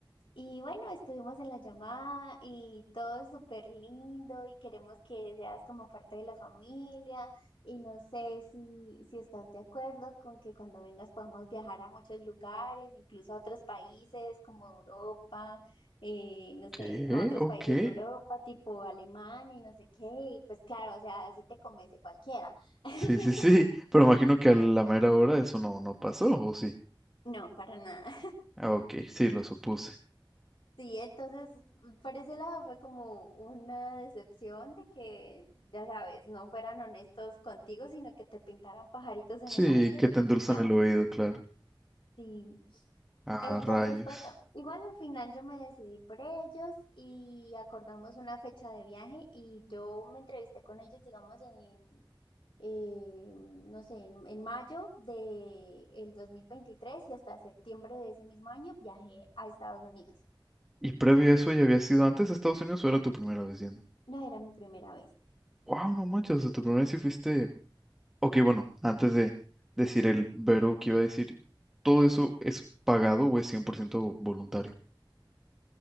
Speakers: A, on the left; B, in the centre.
A: Y bueno, estuvimos en la llamada y todo es súper lindo y queremos que seas como parte de la familia y no sé si, si estás de acuerdo con que cuando vengas podamos viajar a muchos lugares, incluso a otros países como Europa, eh, no sé,
B: ¿Qué?
A: a otros
B: Ok.
A: países de Europa, tipo Alemania y no sé qué, y pues claro, o sea, así te convence cualquiera.
B: Sí,
A: <laughs>
B: sí, sí. Pero imagino que a la mera hora eso no, no pasó, ¿o sí?
A: No, para nada.
B: Ah, ok, sí, lo supuse.
A: Sí, entonces por ese lado fue como una decepción de que, ya sabes, no fueran honestos contigo, sino que te pintaran pajaritos en
B: Sí,
A: el aire
B: que
A: Sí.
B: te endulzan
A: y ya.
B: el oído, claro.
A: Sí.
B: Ah,
A: Entonces,
B: rayos.
A: bueno, igual al final yo me decidí por ellos y acordamos una fecha de viaje y yo me entrevisté con ellos, digamos, en, eh, no sé, en, en mayo del 2023 y hasta septiembre de ese mismo año viajé a Estados Unidos.
B: ¿Y previo a eso ya habías ido antes a Estados Unidos o era tu primera vez yendo?
A: No era mi primera vez.
B: Wow, no manches, o sea, tu primera vez sí fuiste. Ok, bueno, antes de decir el verbo que iba a decir, ¿todo eso es pagado o es 100% voluntario?